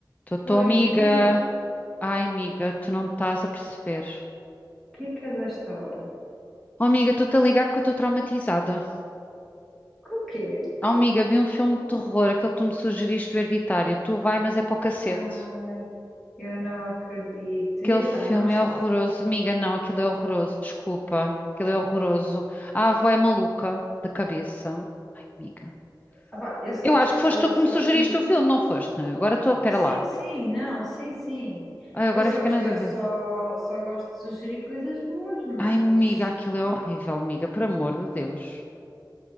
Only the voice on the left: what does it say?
Tô, tô,
amiga.
Ai, amiga, tu não estás a perceber.
Oh, amiga, estou-te a ligar porque eu estou traumatizada.
Oh, amiga, vi um filme de terror, aquele que tu me sugeriste, o Hereditário. Tu vai, mas é para o cacete.
Aquele
filme
é horroroso. Amiga, não, aquilo é horroroso, desculpa. Aquilo é horroroso. A avó é maluca da cabeça. Ai, amiga.
Eu
acho que foste
tu que
me sugeriste
o filme, não foste? Agora estou, pera
lá.
Ai, agora
fiquei
na
dúvida.
Ai, amiga, aquilo
é horrível, amiga, por amor de Deus.